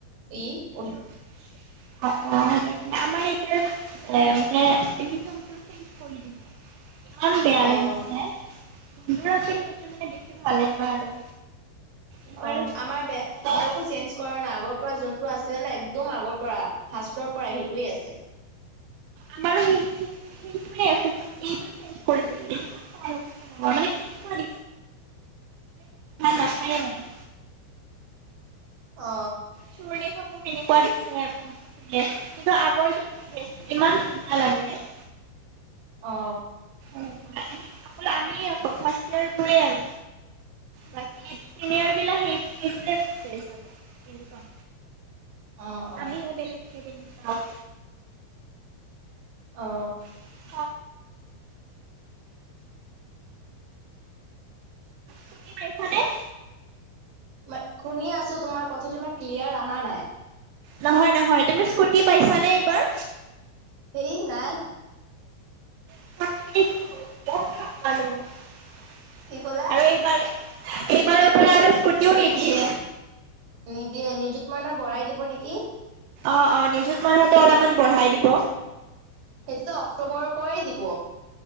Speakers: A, on the right; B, on the right.
A: ই -
B: অ অ সেনে আমাৰ এইবোৰ এ মানে ইনিফৰ্মটো - চেঞ্জ কৰি দিলে। ইমান বেয়া
A: অ',
B: লাগিছে বন্ধুৰ আছিল সেইটো মানে বেছি ভাল লগা আৰু। এইবাৰ
A: অ
B: যোনযোৰ
A: আমাৰ
B: দিছে
A: বেয়া
B: মানে
A: আমাৰ লগত - কৰা না, আগৰ পৰা যোনটো আছিলে ন একদম আগৰ পৰা ফাষ্টৰ পৰা সেইটোৱে আছে।
B: আমাৰ সেই সেইটোৱে আছিল, এইবাৰ চেঞ্চ কৰি দিলে। মানে কেনেকুৱা <unintelligible> নাপায় মানে
A: অ।
B: চোৰণীখনো কেনেকুৱা দিছে এখন। কিন্তু আগৰি জোনটো ড্ৰেছ ইমান ধুনীয়া লাগিলে।
A: অ।
B: এনেকুৱা এনেকুৱা অকল আমিয়ে আৰু ফাৰ্ষ্ট ইয়েৰবোৰে আৰু। বাকী চিনিয়ৰ বিলাক সেই সেইবোৰেই ড্ৰেছ আক। পিছত,
A: অ', অ',
B: আমিহে বেলেগকে দেখি পাওঁ।
A: অ।
B: <unintelligible> স্কুটি পাইছা নে?
A: ম শুনি আছো তোমাৰ কথাটো ইমান ক্লিয়াৰ অহা নাই।
B: নহয় নহয় তুমি স্কুটি পাইছানে এইবাৰ?
A: সেই নাই।
B: <unintelligible>
A: কি ক'লা?
B: আৰু এইবাৰ, এইবাৰৰ পৰা আৰু স্কুটিও নিদিয়ে।
A: নিদিয়ে নিযুত মাইণা বঢ়াই দিব নেকি?
B: অ অ নিজুত মইণাটো অলপমান বঢ়াই দিব।
A: সেইটোতো অক্টোবৰৰ পৰাই দিব।